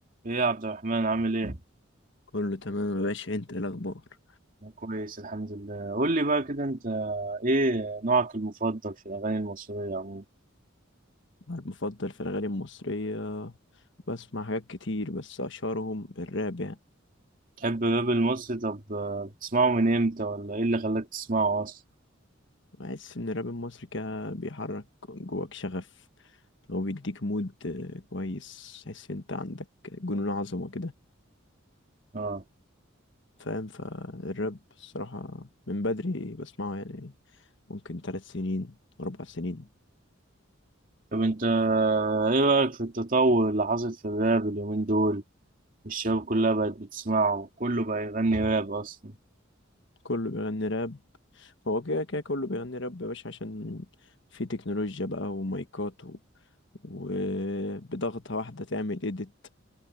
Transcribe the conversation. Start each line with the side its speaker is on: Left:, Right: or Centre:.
Right: ايه يا عبد الرحمن عامل ايه؟
Left: كله تمام يا باشا انت ايه الاخبار
Right: أنا كويس الحمد لله قول لي بقى كده انت ايه نوعك المفضل في الاغاني المصرية عموما
Left: انا المفضل في الاغاني المصريه بسمع حاجات كتير بس اشهرهم الراب يعني
Right: تحب الراب المصري طب آه، بتسمعه من امتى ولا ايه اللي خلاك تسمعه اصلا
Left: بحس ان الراب المصري كده بيحرك جواك شغف هو بيديك مود آه، كويس تحس انت عندك جنون عظمه كده
Right: اه
Left: فاهم فالراب الصراحه من بدري بسمعه يعني ممكن ثلاث سنين اربع سنين
Right: طب انت آه، ايه رأيك في التطور اللي حصل في الراب اليومين دول الشباب كلها بقت بتسمعه وكله بقى يغني راب اصلا
Left: كله بيغني راب هو كده كده كله بيغني راب يا باشا عشان في تكنولوجيا بقى ومايكات و... وبضغطة واحدة تعمل إيديت